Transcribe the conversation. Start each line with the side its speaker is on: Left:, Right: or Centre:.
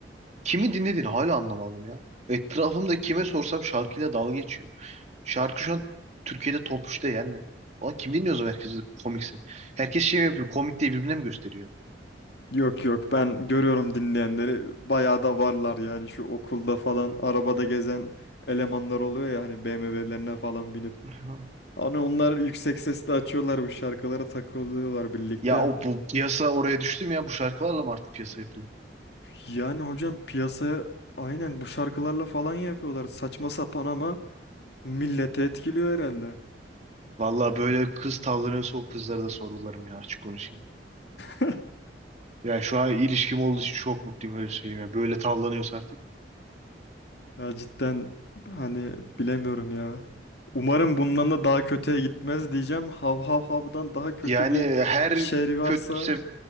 Right: Kimi dinlediğini hala anlamadım ya. Etrafımda kime sorsam şarkıyla dalga geçiyor. Şarkı şu an Türkiye'de top üçte yani. Ulan kim dinliyor o zaman herkesi komikse? Herkes şey mi yapıyor? Komik diye birbirine mi gösteriyor?
Left: Yok yok ben görüyorum dinleyenleri bayağı da varlar yani şu okulda falan arabada gezen elemanlar oluyor ya hani BMW'lerine falan binip.
Right: <laughs>
Left: Hani onlar yüksek sesle açıyorlar bu şarkılara takılıyorlar birlikte.
Right: Ya o bu piyasa oraya düştü mü ya? Bu şarkılarla mı artık piyasa yapılıyor?
Left: Yani hocam piyasaya aynen bu şarkılarla falan yapıyorlar saçma sapan ama milleti etkiliyor herhalde.
Right: Vallahi böyle kız tavlanıyorsa o kızlara da sorgularım ya açık konuşayım.
Left: <laughs>
Right: Ya şu an ilişkim olduğu için çok mutluyum öyle söyleyeyim ya. Böyle tavlanıyorsa artık.
Left: Ya cidden hani bilemiyorum ya. Umarım bundan da daha kötüye gitmez diyeceğim. Hav hav havdan daha kötü
Right: Yani
Left: bir
Right: her
Left: şey varsa
Right: kötü